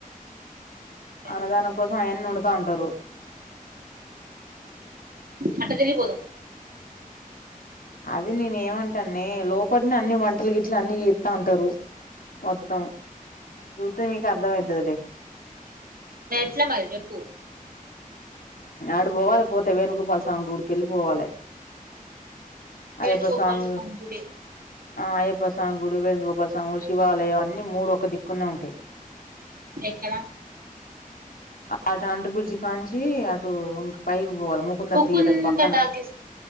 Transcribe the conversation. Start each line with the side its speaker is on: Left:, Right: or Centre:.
Right: ఏడికి
Left: అన్నదానం
Right: పోదాం
Left: కోసం అయన్ని వండుతుంటారు
Right: అట్ట తిరిగి పోదాము
Left: అది నేనే ఏమంటానే లోపట్ని అన్ని వంటలు గిట్లు అన్ని చేస్తా ఉంటారు మొత్తం సూతే మీకు అర్థమైతదులే
Right: ఎట్లా మరి చెప్పు
Left: ఆడికి పోవాలి పోతే వేణుగోపాల స్వామి గుడికి వెళ్ళిపోవాలి
Right: వేణుగోపాల
Left: అయ్యప్ప స్వామి
Right: గుడి
Left: ఆ అయ్యప్ప స్ స్వామి గుడి వేంుగోపాల స్వామి శివాలయం అన్ని మూడు ఒక దిక్కున్నా ఉంటాయి
Right: ఎక్కడ
Left: ఆ ట్యాంటు బ్రిడ్జ్ కాంచి అటు ఇంక పైకి పోవాల ముకుందర్
Right: ముకుంద
Left: థియేటర్ పక్కన
Right: టాకీస్